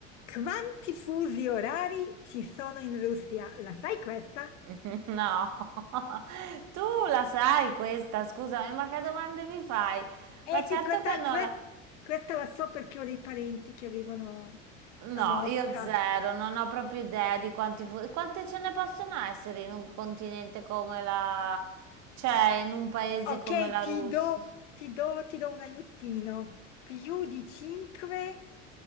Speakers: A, on the left (about 65°); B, on the right (about 45°).
A: Quanti fusi orari ci sono in Russia? La sai questa?
B: <laughs> No, <laughs> tu la sai questa, scusami, ma che domande mi fai?
A: Eh
B: Ma certo
A: sì, questa,
B: che non
A: que-
B: la...
A: questa la so perché ho dei parenti che vivono
B: No,
A: a Mosca.
B: io zero, non ho proprio idea di quanti fu- quante ce ne possono essere in un continente come la... cioè in un paese
A: Ok,
B: come la
A: ti
B: Russia.
A: do, ti do- ti do un aiutino. Più di 5